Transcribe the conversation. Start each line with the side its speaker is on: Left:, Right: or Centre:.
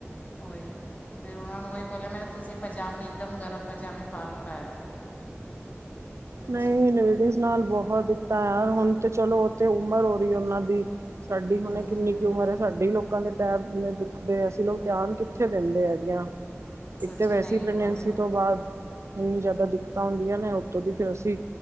Left: ਉਹੀ, ਫ਼ੇਰ ਉਹਨਾਂ ਨੂੰ ਉਹੀ ਬੋਲਿਆ ਮੈ ਤੁਸੀਂ ਪਜਾਮੀ, ਇੱਕਦਮ ਗਰਮ ਪਜਾਮੀ ਪਾ ਲੋ। ਪਾਇਆਸ <unintelligible>
Right: ਨਈਂ ਲੇਡੀਜ਼ ਨਾਲ ਬਹੁਤ ਦਿੱਕਤਾਂ ਯਾਰ ਹੁਣ ਤਾਂ ਚਲੋ ਓਹਤੇ ਉਮਰ ਹੋ ਰਹੀ ਆ ਉਹਨਾਂ ਦੀ। ਸਾਡੀ ਹੁਣੇ
Left: ਹਮ
Right: ਕਿੰਨੀ ਕੁ ਉਮਰ ਐ, ਸਾਡੀ ਲੋਕਾਂ ਦੇ ਪੈਰ ਇੰਨੇ ਦੁੱਖਦੇ ਆ, ਅਸੀਂ ਲੋਕ ਧਿਆਨ ਕਿੱਥੇ ਦਿੰਦੇ ਹੈਗੇ ਆਂ।
Left: ਸੱਚੀ
Right: ਇੱਕ ਤਾਂ ਵੈਸੇ
Left: ਨਹੀਂ
Right: ਹੀ ਪ੍ਰੈਗਨੈਂਸੀ
Left: ਬਹੁਤ ਹੈ
Right: ਤੋਂ ਬਾਦ ਇੰਨੀ ਜ਼ਿਆਦਾ ਦਿੱਕਤਾਂ ਹੁੰਦੀਆਂ ਨਾ ਉੱਤੋਂ ਦੀ ਫੇਰ ਅਸੀ